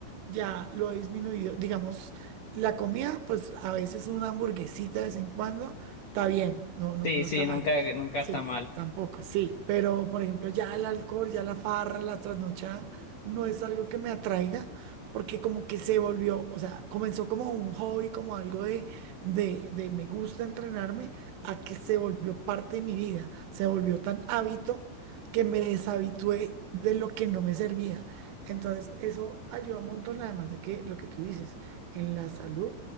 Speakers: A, on the right; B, on the left.
A: ya lo he disminuido. Digamos, la comida, pues a veces una hamburguesita de vez en cuando está bien, no, no,
B: Sí,
A: no
B: sí,
A: está mal.
B: nunca, nunca
A: Sí,
B: está mal.
A: tampoco, sí. Pero, por ejemplo, ya el alcohol, ya la farra, la trasnochada, no es algo que me atraiga porque como que se volvió, o sea, comenzó como un hobby, como algo de, de, de me gusta entrenarme, a que se volvió parte de mi vida, se volvió tan hábito que me deshabitué de lo que no me servía. Entonces, eso ayuda un montón, además de que lo que tú dices, en la salud,